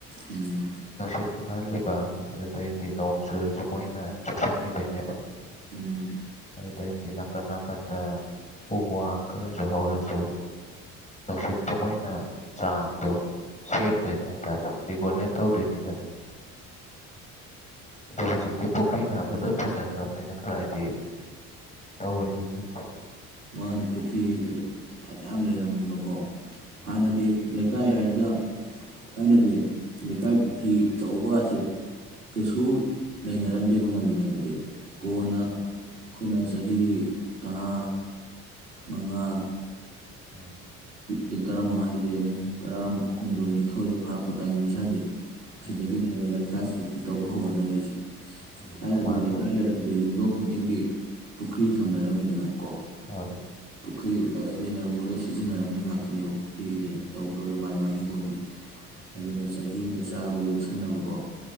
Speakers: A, on the right; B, on the left.
A: ꯎꯝ
B: ꯅꯨꯡꯁꯤꯠ ꯏꯪꯍꯜꯂꯤꯕ ꯑꯗꯨꯗꯩꯗꯤ ꯅꯣꯡ ꯆꯨꯔꯁꯨ ꯃꯣꯏꯅ ꯆꯨꯞꯁꯤꯟꯈꯤꯗꯣꯏꯅꯦꯕ
A: ꯎꯝ
B: ꯑꯗꯨꯗꯩꯗꯤ ꯅꯥꯀꯟ ꯅꯥꯀꯟꯗ ꯎ ꯋꯥ ꯈꯔꯁꯨ ꯍꯧꯔꯁꯨ ꯅꯨꯡꯁꯤꯠꯇꯣ ꯃꯣꯏꯅ ꯆꯥꯡꯗꯣ ꯁꯦꯝꯗꯣꯏꯅꯦ ꯍꯥꯏꯇꯥꯔꯦ ꯔꯤꯒꯣꯂꯦꯠ ꯇꯧꯗꯣꯏꯅꯤꯗꯅ ꯑꯗꯣ ꯍꯧꯖꯤꯛꯇꯤ ꯄꯨꯈ꯭ꯔꯤ ꯃꯌꯥꯝꯁ ꯂꯣꯏ ꯐꯟꯖꯟꯈ꯭ꯔꯕꯅꯤꯅ ꯈꯔ ꯍꯥꯏꯗꯤ ꯇꯧꯔꯤꯖꯤꯅꯤ
A: ꯃꯥꯅ ꯄꯨꯈ꯭ꯔꯤ ꯐꯅꯌꯥꯝ ꯂꯩꯔꯝꯃꯦꯕꯀꯣ
B: ꯎꯝ
A: ꯍꯥꯟꯅꯗꯤ ꯂꯩꯀꯥꯏ ꯍꯥꯏꯔ ꯑꯗꯨꯗ ꯊꯥꯏꯅꯗꯤ ꯂꯩꯀꯥꯏ ꯄꯨꯈ꯭ꯔꯤ ꯑꯆꯧꯕꯒꯁꯦ ꯀꯩꯁꯨ ꯂꯩꯅꯔꯝꯗꯦꯕ ꯉꯜꯂꯤꯉꯩꯗꯗꯤ ꯀꯣꯟꯅ
B: ꯎꯝ
A: ꯑꯩꯈꯣꯏꯅ ꯆꯍꯤ ꯇꯔꯥ ꯃꯉꯥ
B: ꯎꯝ
A: ꯅꯨ ꯇꯔꯥꯃꯉꯥ ꯍꯥꯏꯖꯦ ꯇꯔꯥꯍꯨꯝꯗꯣꯏ ꯅꯤꯊꯣꯏꯒ ꯐꯥꯔꯛꯄ ꯇꯥꯏꯃꯤꯡ ꯏꯁꯥꯁꯦ ꯁꯤꯗꯒꯤ
B: ꯎꯝ
A: ꯅꯦ ꯂꯥꯏ ꯀꯥꯏ ꯄꯨꯛꯈꯤ ꯇꯧꯕ ꯍꯧꯒꯠꯅꯔꯛꯏꯁꯤ
B: ꯎꯝ
A: ꯊꯥꯏꯅꯗꯤ
B: ꯃꯥꯅꯤ
A: ꯂꯩꯀꯥꯏ ꯂꯩꯔꯝꯗꯦ ꯌꯨꯝꯊꯣꯡ ꯈꯨꯗꯤꯡꯒꯤ ꯄꯨꯈ꯭ꯔꯤ ꯊꯝꯅꯔꯝꯃꯤꯗꯅ ꯀꯣ
B: ꯍꯣꯏ
A: ꯄꯨꯈ꯭ꯔꯤ ꯂꯣꯏ ꯂꯤꯅꯔꯝꯃꯒ ꯁꯤꯖꯤꯟꯅꯔꯝꯃꯤ ꯉꯥꯛꯇꯅꯦꯕ ꯄꯨꯈ꯭ꯔꯤꯁꯦ
B: ꯎꯝ
A: ꯇꯧꯗꯧꯗ ꯃꯥꯏ ꯍꯤꯡ ꯀꯣꯟꯒꯤ
B: ꯎꯝ
A: ꯑꯗꯨꯅ ꯆꯍꯤ ꯑꯃ ꯆꯥꯕ ꯌꯣꯛꯁꯟ ꯈꯟꯅꯕꯀꯣ